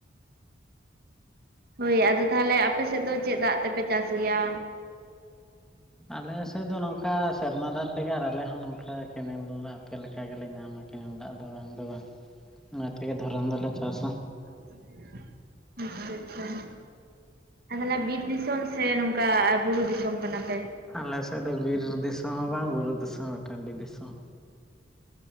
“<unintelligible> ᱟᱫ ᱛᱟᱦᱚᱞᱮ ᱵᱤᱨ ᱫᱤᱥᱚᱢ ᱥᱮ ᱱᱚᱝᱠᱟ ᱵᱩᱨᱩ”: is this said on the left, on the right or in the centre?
Right